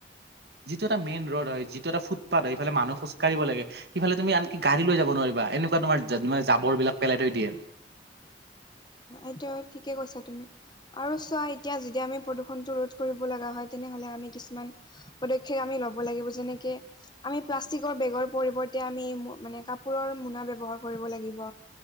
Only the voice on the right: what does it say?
যিটো এটা মেইন ৰ'ড হয়, যিটো এটা ফুটপাত হয়। ইফালে মানুহ খোজকাঢ়িব লাগে সিফালে তুমি আনকি গাড়ী লৈ যাব নোৱাৰিবা, এনেকুৱা তোমাৰ মানে জাবৰবিলাক পেলাই থৈ দিয়ে।